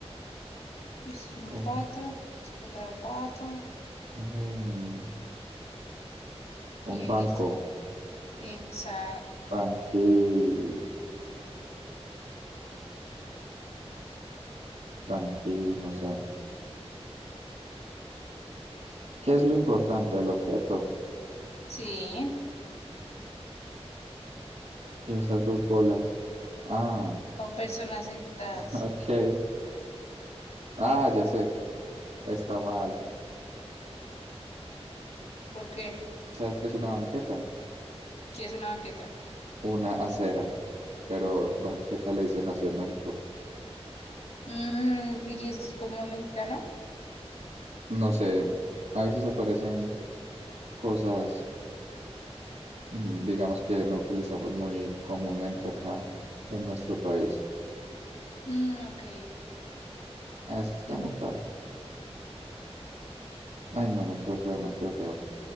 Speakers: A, on the left; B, on the right.
A: Y esto es una
B: un,
A: pata, esto es otra pata.
B: un,
A: Y,
B: un banco,
A: y esto. Exacto.
B: banquita, banqui, no sé. ¿Qué es lo importante del objeto?
A: Sí.
B: Y esas dos bolas. Ah,
A: O personas sentadas.
B: <laughs> ok. Ah, ya sé. Está mal.
A: ¿Por qué?
B: ¿Sabes qué es una banqueta?
A: ¿Qué es una banqueta?
B: Una acera. Pero banqueta le dicen así en México.
A: Mm, ok, ¿Y esto es como mexicano?
B: No sé. A veces aparecen cosas, mm, digamos que no utilizamos muy comúnmente acá en nuestro país.
A: Mm, ok.
B: Ah, Esto está
A: Dibujo.
B: muy fácil. Ay, no, me quedo feo, me quedo feo.